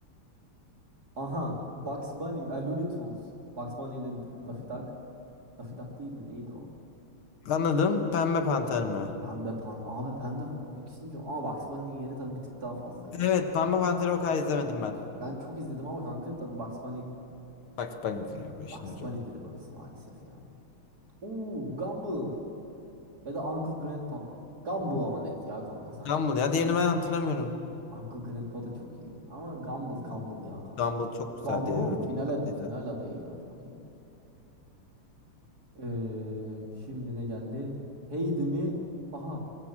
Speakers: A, on the right; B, on the left.
A: Aha, Bugs Bunny mi? E, Looney Tunes. Bugs Bunny ile Daffy Duck. Daffy Duck değil de neydi o?
B: Anladım. Pembe Panter mi?
A: Pembe Panda. Abi Pembe o ikisini çok... Ama Bugs Bunny'nin yeri tabii bir tık daha fazlaydı.
B: Evet Pembe Panter'i o kadar izlemedim ben.
A: Ben çok izledim ama kanka tabii Bugs Bunny.
B: Bak, Bunny ya bu işin
A: Bugs
B: hocaları.
A: Bunny'dir burası maalesef ya. Oo, Gumball. Ya da Uncle Grandpa mı? Gumball ama net ya kanka sanki.
B: Gumball ya diğerini ben hatırlamıyorum.
A: Uncle Grandpa da çok iyiydi. Ama Gumball Gumball ya kanka.
B: Gumball çok güzeldi
A: Gumball
B: ya.
A: final,
B: Çok
A: ad
B: tatlıydı.
A: final adayı ya çok iyi. Ee, şimdi ne geldi? Heidi mi? Aha.